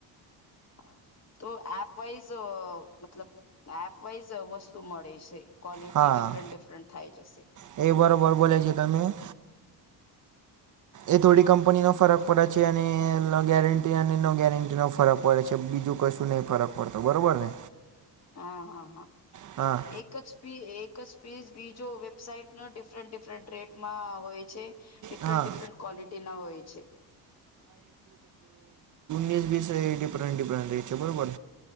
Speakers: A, on the left (about 40°); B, on the right (about 45°).
A: હા. તો એપવાઈઝ મતલબ એપવાઈઝ વસ્તુ મળે છે. ક્વોલિટી
B: હા
A: ડિફરન્ટ ડિફરન્ટ થાય જશે.
B: એ બરોબર બોલે છે તમે એ થોડી કંપની નો ફરક પડે છે અને લો ગેરંટી અને નો ગેરંટી નો ફરક પડે છે. બીજું કશું નહી ફરક પડતો બરોબર ને.
A: હા હા હા
B: હા
A: એક જ થી એક જ પીઝ બીજો વેબસાાઈટન ડિફરન્ટ ડિફરન્ટ રેટમાં હોય છે ડિફરન્ટ
B: હા
A: ડિફરન્ટ ક્વોલિટી નો હોય છે.
B: યુસ બી ડિફરન્ટ ડિફરન્ટ રહે છે બરોબર.